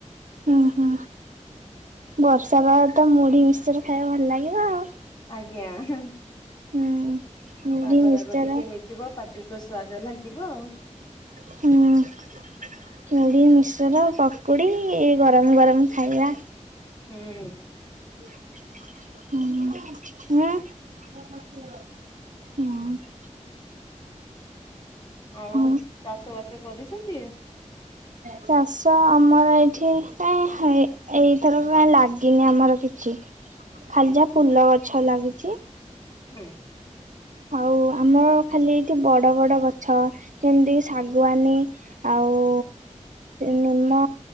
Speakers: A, on the right; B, on the left.
A: ହୁଁ ହୁଁ ବର୍ଷା ପାଗ ରେ ତ ମୁଢି ମିଶ୍ଚର ଖାଇବା ଭଲ ଲାଗିବ ଆଉ।
B: ଆଜ୍ଞା ହଁ।
A: ହୁଁ। ମୁଢି
B: ରାଗ
A: ମିକ୍ସଚର
B: ରାଗ ଟିକେ ହେଇଥିବ ପାଟିକୁ ସ୍ୱାଦ ଲାଗିବ ଆଉ।
A: ହୁଁ। ମୁଢି ମିଶ୍ଚର ପକୁଡି ଏଇ ଗରମ ଗରମ ଖାଇବା।
B: ହୁଁଁ।
A: <inaudible> ହଁ ହୁଁ ହୁଁ।
B: ଆଉ
A: ହଉ।
B: ଚାଷ ବାସ କରିଛନ୍ତି?
A: ଚାଷ ଆମର ଏଇଠି କାଇ ହେ ଏଇଥର କାଇ ଲାଗିନି ଆମର କିଛି ଖାଲି ଯା ଫୁଲ ଗଛ ଲାଗିଛି।
B: ହୁଁ।
A: ଆଉ ଆମର ଖାଲି ଏଇଠି ବଡ ବଡ ଗଛ ଯେମିତି ଶାଗୁଆନୀ ଆଉ ନିମ।